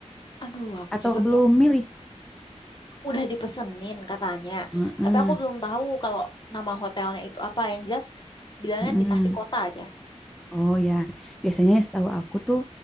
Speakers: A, on the left; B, in the centre.
A: Aduh, aku
B: Atau
A: juga
B: belum
A: belum
B: milih?
A: udah dipesenin katanya.
B: Heeh.
A: Tapi aku belum tahu kalau nama hotelnya itu apa yang just bilangnya
B: mm
A: dikasih kota aja.
B: Oh ya, biasanya setahu aku tuh